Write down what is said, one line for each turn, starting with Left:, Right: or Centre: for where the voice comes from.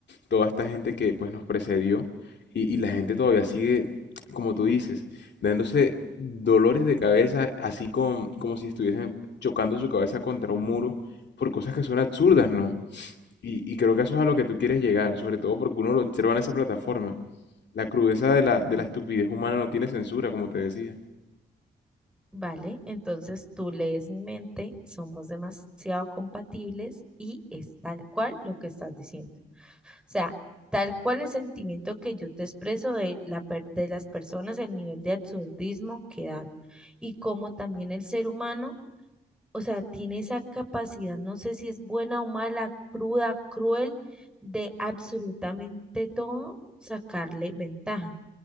Left: toda esta gente que pues nos precedió y, y la gente todavía sigue, como tú dices, dándose dolores de cabeza, así con- como si estuviesen chocando su cabeza contra un muro por cosas que son absurdas, ¿no? Y, y creo que eso es a lo que tú quieres llegar, sobre todo porque uno lo observa en esa plataforma. La crudeza de la, de
Centre: Mm,
Left: la estupidez humana no tiene censura, como te decía.
Centre: Vale, entonces tú lees mi mente, somos demasiado compatibles y es tal cual lo que estás diciendo. O sea, tal cual el sentimiento que yo te expreso de, la per- de las personas, el nivel de absurdismo que dan y como también el ser humano. o sea, tiene esa capacidad, no sé si es buena o mala, cruda, cruel, de absolutamente todo sacarle ventaja.